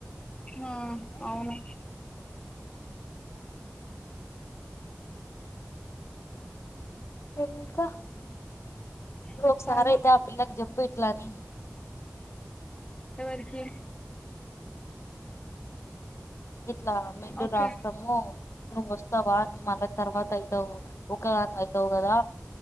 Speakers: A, on the left; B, on the left.
A: ఆ అవును
B: ఇంకా నువ్వు
A: చెప్పాలి
B: ఒకసారి అయితే ఆ పిల్లకి చెప్పు ఇట్లా అని
A: అ ఎవరికి
B: ఇట్లా మిడ్
A: ఓకే
B: రాస్తాము నువ్వు వస్తావా నువ్వు మళ్ళ తర్వాత అయితావు ఒకదానివి అయితావు కదా